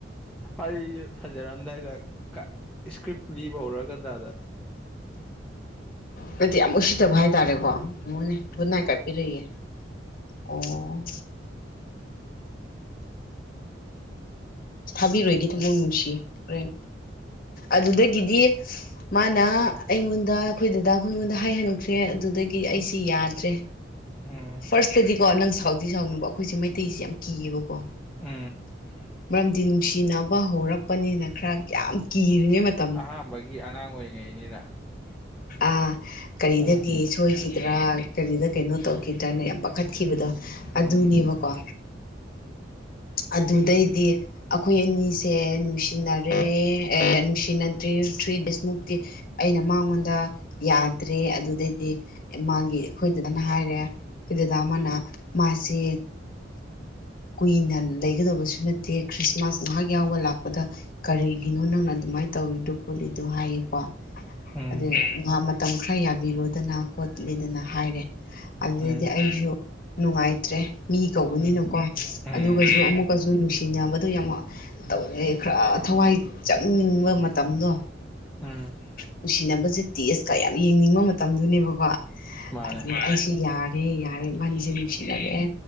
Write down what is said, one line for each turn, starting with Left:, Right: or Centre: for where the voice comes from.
Centre: ꯑꯩꯁꯦ ꯐꯖꯔꯝꯗꯥꯏꯗ ꯏꯁꯀ꯭ꯔꯤꯞ ꯂꯤꯕ ꯍꯧꯔ ꯀꯥꯟꯗꯥꯗ
Left: ꯅꯠꯇ ꯌꯥꯝ ꯎꯁꯤꯗꯕ ꯍꯥꯏꯇꯥꯔꯦꯀꯣꯉꯅꯦ ꯒꯟꯅꯥꯏ ꯀꯥꯏꯄꯤꯔꯛꯏꯌꯦꯦ ꯑꯣ ꯊꯥꯕꯤꯔꯣꯏꯒꯤꯦ ꯊꯃꯣꯏ ꯅꯨꯡꯁꯤ ꯍꯣꯔꯦꯟ ꯑꯗꯨꯗꯒꯤꯗꯤ ꯃꯥꯅ ꯑꯩꯉꯣꯟꯗ ꯑꯩꯈꯣꯏ ꯗꯗꯥ ꯑꯩꯈꯣꯏ ꯑꯩꯉꯣꯟꯗ ꯍꯥꯏꯍꯟꯈ꯭ꯔꯦ ꯑꯗꯨꯗꯒꯤ
Centre: ꯎꯝ
Left: ꯑꯩꯁꯤ ꯌꯥꯗ꯭ꯔꯦ
Centre: ꯎꯝ
Left: ꯐꯥꯔꯁꯇꯗꯤꯀꯣ ꯅꯪ ꯁꯥꯎꯗꯤ ꯁꯥꯎꯅꯕ ꯑꯩꯈꯣꯏꯁꯦ ꯃꯩꯇꯩꯁꯦ ꯌꯥꯝ ꯀꯤꯌꯦꯕꯀꯣ
Centre: ꯑ
Left: ꯃꯔꯝꯗꯤ ꯅꯨꯡꯁꯤꯅꯕ ꯍꯧꯔꯛꯄꯅꯤꯅ ꯈꯔ ꯌꯥꯝ ꯀꯤꯔꯤꯉꯩ ꯃꯇꯝ
Centre: ꯑꯍꯥꯥꯟꯕꯒꯤ ꯑꯉꯥꯡ ꯑꯣꯏꯔꯤꯉꯩꯅꯤꯅ
Left: ꯑ ꯀꯔꯤꯗꯒꯤ
Centre: ꯎꯝ
Left: ꯁꯣꯏꯈꯤꯗ꯭ꯔꯥ ꯀꯔꯤꯗ ꯀꯩꯅꯣ ꯇꯧ ꯇꯔꯅ ꯌꯥꯝ ꯄꯥꯈꯠꯈꯤꯕꯗꯣ
Centre: ꯎꯝ
Left: ꯑꯗꯨꯅꯦꯕꯀꯣ ꯑꯗꯨꯗꯩꯗꯤ ꯑꯩꯈꯣꯏ ꯑꯅꯤꯁꯦ ꯅꯨꯡꯁꯤꯅꯔꯦ ꯅꯨꯡꯁꯤꯅ ꯭ ꯊ꯭ꯔꯤ ꯗꯦꯖꯃꯨꯛꯇꯤ ꯑꯩꯅ ꯃꯉꯣꯟꯗ ꯌꯥꯗ꯭ꯔꯦ ꯑꯗꯨꯗꯩꯗꯤ ꯃꯥꯒꯤ ꯑꯩꯈꯣꯏꯗꯨꯗꯅ ꯍꯥꯏꯔꯦ ꯑꯩꯈꯣꯏꯗ ꯇꯥꯃꯅ ꯃꯥꯁꯦ ꯀꯨꯏꯅ ꯂꯩꯒꯗꯕꯁꯨ ꯅꯠꯇꯦ ꯈ꯭ꯔꯤꯁꯃꯥꯁ ꯉꯥꯏꯍꯥꯛ ꯌꯥꯎꯕ ꯂꯥꯛꯄꯗ ꯀꯔꯤꯒꯤꯅꯣ ꯅꯪꯅ ꯑꯗꯨꯃꯥꯏꯅ ꯇꯧꯔꯤꯗꯣ ꯈꯣꯠꯂꯤꯗꯣ ꯍꯥꯏꯌꯦꯀꯣ
Centre: ꯎꯝ
Left: ꯑꯗꯨꯗ ꯉꯍꯥꯛ ꯃꯇꯝ ꯈꯔ ꯌꯥꯕꯤꯔꯣꯗꯅ ꯈꯣꯠꯂꯤꯗꯅ ꯍꯥꯏꯔꯦ ꯑꯗꯨꯗꯗꯤ
Centre: ꯎꯝ
Left: ꯑꯩꯁꯨ ꯅꯨꯡꯉꯥꯏꯇ꯭ꯔꯦ ꯃꯤ ꯀꯧꯕꯅꯤꯅꯀꯣ
Centre: ꯎꯝ ꯎꯝ
Left: ꯑꯗꯨꯒꯁꯨ ꯑꯃꯨꯛ ꯀꯁꯨ ꯅꯨꯡꯁꯤꯅꯕꯗꯨ ꯌꯥꯝ ꯇꯧꯔꯦ ꯈꯔ ꯊꯋꯥꯏ ꯆꯪꯅꯤꯡꯕ ꯃꯇꯝꯗꯣ
Centre: ꯎꯝ
Left: ꯅꯨꯡꯁꯤꯅꯕꯁꯦ ꯇꯦꯁꯀ ꯌꯥꯝ ꯌꯦꯡꯅꯤꯡꯕ ꯃꯇꯝꯗꯨꯅꯦꯕꯀꯣ
Centre: ꯃꯥꯅꯦ
Left: ꯑꯗꯨ ꯑꯩꯁꯤ ꯌꯥꯔꯦ ꯌꯥꯔꯦ ꯃꯅꯤꯁꯦ ꯅꯨꯡꯁꯤꯅꯔꯑꯦ